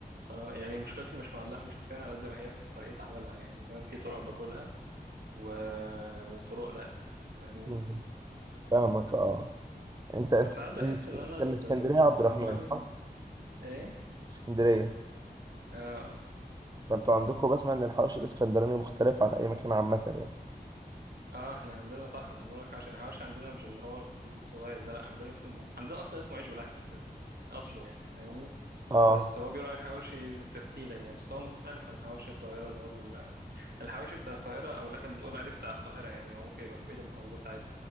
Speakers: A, on the right; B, on the right.
A: طالما- يعني مشكلتي مش مع اللحمة شخصيا على قد ما هي في طريقة عملها يعني فاهم في طرق باكلها و... وطرق لا فاهمني
B: مم. فاهمك اه انت
A: بس
B: انت
A: ساعات بحس
B: من اسك-
A: ان
B: انت
A: انا ال-
B: من اسكندريه يا عبد الرحمن
A: المهم
B: صح؟
A: ايه
B: اسكندريه
A: اه
B: فانتوا عندكم بسمع ان الحوش الاسكندراني مختلف عن اي مكان عامه يعني
A: اه احنا عندنا صح انا بقول لك حواشي الحواشي عندنا مش اللي هو الصغير ده لا عندنا اسمه عندنا اصلا اسمه عيش بلحمه اساسا اصله يعني فاهمني
B: اه
A: بس هو بيقولوا عليه حواشي تسهيلا يعني بس هو مختلف عن حواشي القاهره اللي هو ال- الحواشي بتاع القاهره او اللي احنا بنقول عليه بتاع القاهره يعني هو ممكن يبقى في بقيه المحافظات عادي